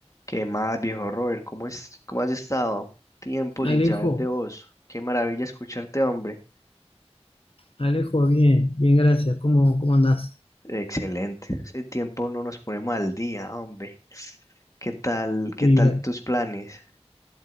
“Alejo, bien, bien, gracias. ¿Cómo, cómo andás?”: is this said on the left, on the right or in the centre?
Left